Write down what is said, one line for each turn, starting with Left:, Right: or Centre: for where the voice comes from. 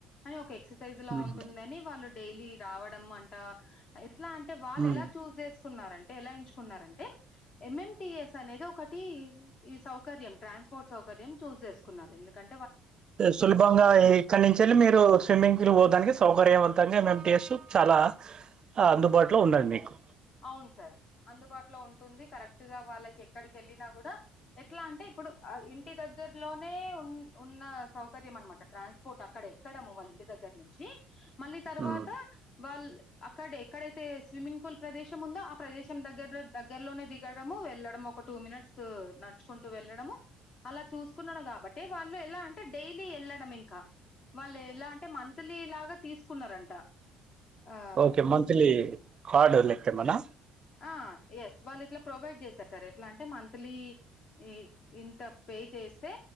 Left: అని ఒక ఎక్సర్సైజ్ లా
Right: ఉమ్
Left: ఉంటుందని వాళ్ళు డైలీ రావడం అంట ఎట్లా అంటే వాళ్ళు
Right: ఉమ్
Left: ఎలా చూజు చేసు కున్నారంటే ఎలా ఎంచుకున్నారంటే ఎం ఎంటిఎస్ అనేది ఒకటి ఈ సౌ సకర్యం ట్రాన్స్పోర్ట్ సౌకర్యం చూజ్ చేసున్నారు ఎందుకం
Right: సులభంగా ఇక్కడి నుంచి వెళ్ళి మీరు స్విమ్మింగ్ పూల్ పోడానికి సౌకర్యంవం తంగా ఎం ఎం టీ ఎస్ చాలా అందుబాటులో ఉన్నది మీకు
Left: అవును సార్ అందుబాటులో ఉంటుంది కరెక్ట్ గా వాళ్ళకి ఎక్కడికెళ్ళినా కూడా ఎట్లా అంటే ఇప్పుడు ఆ ఇంటి దగ గ్గర్లోనే ఉ ఉన్న సౌకర్యం అనమాట ట్రాన్స్పోర్ట్ అక్కడే అక్కడము వాళ్ళ ఇంటి దగ్గర నుంచి మళ్ళీ తర్వాత
Right: ఉమ్
Left: వాళ్ అక్కడే ఎక్కడైతే స్విమ్మింగ్ పూల్ ప్రదేశం ఉందో ఆ ప్రదేశం దగ్గర దగ్గరలోనే దిగడము వెళ్ళడం ఒక టూ మినిట్స్ నడుచుకుంటూ వె వెళ్ళడము అలా చూసుకుంటన్న కాబట్టి వాళ్ళు ఎలా అంటే డైలీ ఎళ్ళడం ఇంక వాళ్ళు ఎలా అంటే మంత్లీ లాగా తీసుకున్నారంట ఆ
Right: ఓకే మంత్లీ కార్డు లెక్కే మనా
Left: ఆ ఎస్ వాళ్ళు ఇట్లా ప్రొవైడ్ చేస్తారు సార్ ఎట్లా అంటే మంత్లీ ఇ ఇంత పే చేస్తే